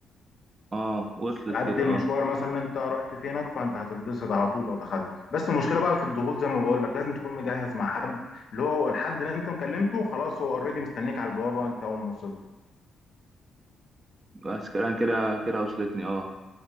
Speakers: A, on the right; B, on the left.
A: اه وصلت
B: على قد
A: كده
B: المشوار
A: اه
B: مثلا انت رحت في هناك فانت هتتبسط على طول لو دخلت بس المشكله بقى في الدخول زي ما بقول لك لازم تكون مجهز مع حد اللي هو الحد اللي انت مكلمته خلاص هو اوريدي مستنيك على البوابه وانت اول ما وصلت
A: بس كده كده كده وصلتني اه